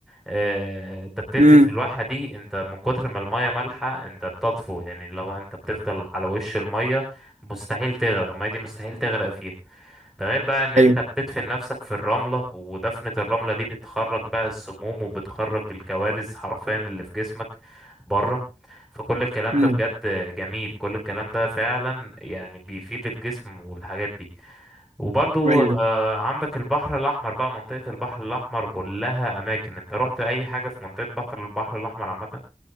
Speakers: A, in the centre; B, on the right.
A: آه، انت بتنزل
B: امم
A: في الواحة دي انت من كتر ما المية مالحة انت بتطفو يعني لو انت بتفضل على وش المية مستحيل تغرق المية دي مستحيل تغرق فيها ده غير بقى ان انت
B: ايوه
A: بتدفن نفسك في الرملة ودفنة الرملة دي بتخرج بقى السموم وبتخرج الكوارث حرفيا اللي في جسمك بره فكل الكلام
B: امم
A: ده بجد جميل كل الكلام ده فعلا يعني بيفيد الجسم والحاجات دي وبرضو
B: ايوه
A: آه عندك البحر الأحمر بقى منطقة البحر الأحمر كلها أماكن انت رحت أي حاجة في منطقة بحر البحر الأحمر عامة